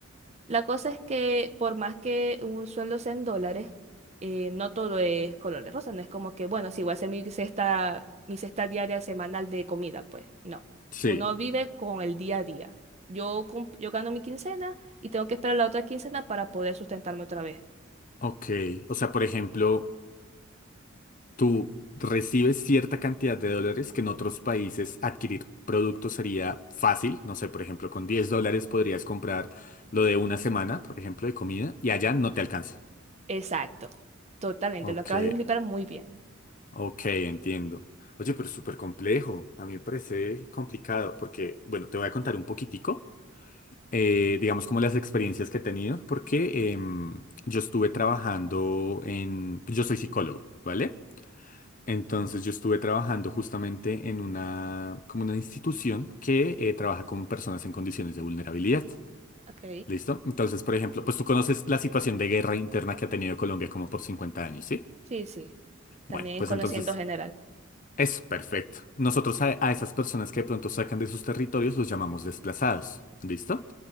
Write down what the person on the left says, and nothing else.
Sí,
ok. O sea, por ejemplo, tú recibes cierta cantidad de dólares que en otros países adquirir productos sería fácil. No sé, por ejemplo, con 10 dólares podrías comprar lo de una semana, por ejemplo, de comida, y allá no te alcanza.
Ok,
ok, entiendo. Oye, pero es súper complejo. A mí me parece complicado porque, bueno, te voy a contar un poquitico. eh, digamos, como las experiencias que he tenido, porque em, yo estuve trabajando en, yo soy psicólogo, ¿vale? Entonces yo estuve trabajando justamente en una, como una institución que eh, trabaja con personas en condiciones de vulnerabilidad.
¿Listo? Entonces, por ejemplo, pues tú conoces la situación de guerra interna que ha tenido Colombia como por 50 años, ¿sí?
Bueno,
pues
entonces
es perfecto. Nosotros a, a esas personas que de pronto sacan de sus territorios los llamamos desplazados. ¿Listo?